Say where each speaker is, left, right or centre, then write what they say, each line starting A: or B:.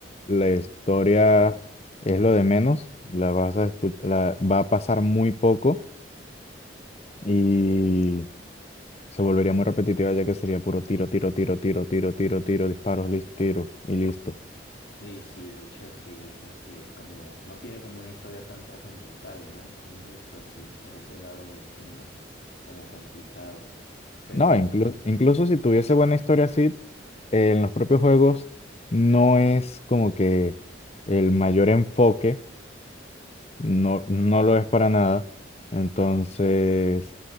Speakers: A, on the left; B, on the left.
A: la historia es lo de menos, la vas a escu- la va a pasar muy poco y se volvería muy repetitiva ya que sería puro tiro, tiro, tiro, tiro, tiro, tiro, tiro, disparos, listo, tiro y listo.
B: Sí, sí, de hecho, sí, de hecho, sí, es como, no tiene como una historia tan trascendental, ¿no? Entonces, pues sí, por ese lado es como, como complicado. Pero
A: No, inclu- incluso si tuviese buena historia así, eh, en los propios juegos no es como que el mayor enfoque, no, no lo es para nada. Entonces,